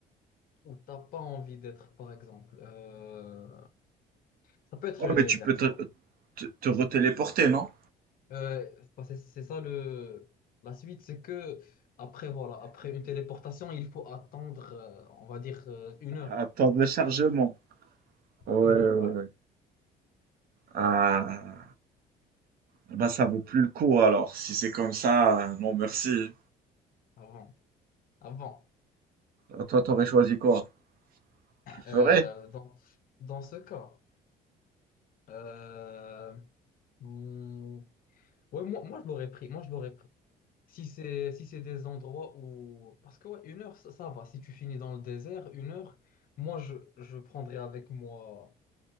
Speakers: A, on the left; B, on the right.
A: où t'as pas envie d'être, par exemple. Euh, ça peut être
B: Ouais,
A: le
B: mais
A: désert,
B: tu peux
A: tu
B: te,
A: vois.
B: te, te retéléporter, non?
A: Euh, enfin, c'est c'est ça le, la suite, c'est que après, voilà, après une téléportation, il faut attendre, euh, on va dire, euh, une heure.
B: Attendre le chargement. Ouais, ouais.
A: Une heure,
B: ouais.
A: ouais,
B: Ah, bah ça vaut plus le coup alors. Si c'est comme ça, euh, non merci.
A: avant. Avant,
B: Euh, Toi, t'aurais choisi quoi? Je ferais.
A: euh, dans, dans ce cas, euh, hmm, ouais, moi, moi je l'aurais pris. Moi je l'aurais pris. Si c'est si c'est des endroits où. Parce que ouais, une heure, ça, ça va. Si tu finis dans le désert, une heure, moi je, je prendrais avec moi.